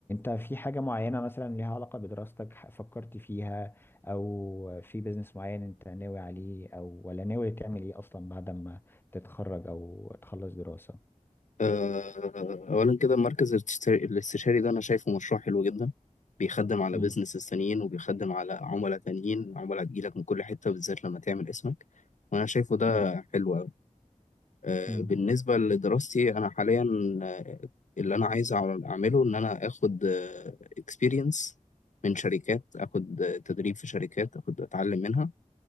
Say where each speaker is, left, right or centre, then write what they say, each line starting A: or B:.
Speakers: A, on the left; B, on the left.
A: في حاجة معينة مثلا ليها علاقة بدراستك ح- فكرت فيها أو في بيزنس معين أنت ناوي عليه أو ولا ناوي تعمل إيه أصلا بعد ما تتخرج أو تخلص دراسة؟
B: آه، أولا كده المركز الاستشار- الاستشاري ده أنا شايفه مشروع حلو جدا بيخدم على
A: مم.
B: بيزنسز تانيين وبيخدم على عملاء تانيين عملاء تجيلك من كل حتة بالذات لما تعمل اسمك وأنا شايفه ده
A: مم.
B: حلو أوي آه،
A: مم.
B: بالنسبة لدراستي أنا حاليا آه، اللي أنا عايز أعمل- أعمله إن أنا آخد اكسبيرينس من شركات آخد آه، تدريب في شركات آخد أتعلم منها